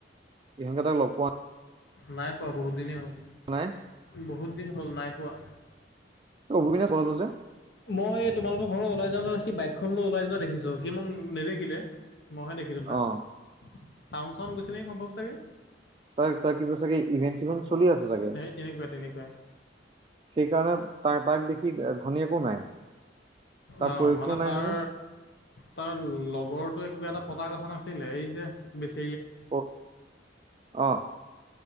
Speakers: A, on the right; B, on the left.
A: ইহঁকে তাক লগ পোৱা
B: নাই পোৱা বহুত দিনেই হ'ল।
A: নাই
B: বহুত দিন হ'ল নাই পোৱা।
A: অবিনে যলো যে।
B: মই তোমালোকৰ ঘৰলৈ ওলাই যাওঁতে সি বাইকখন লৈ ওলাই যোৱা দেখিছোঁ, সি মোক নেদেখিলে। মইহে দেখিলোঁ তাক।
A: অ
B: টাউন চাউন গৈছে নেকি সম্ভৱ চাগে।
A: তই তই কিবা চাগে ইভেণ্ট চলি আছে ছাগে।
B: সেই তেনেকুৱাই তেনেকুৱাই
A: সেইকাৰণে তাৰ পাক দেখি ঘৈণীয়েকো নাই। তাৰ
B: অ'
A: প্ৰয়োগটো
B: মানে
A: নাই
B: তাৰ,
A: নহয়
B: তাৰ লগৰটো এক কিবা এটা পতা কথা নাছিলে, এই যে বেছি
A: অ', অ'।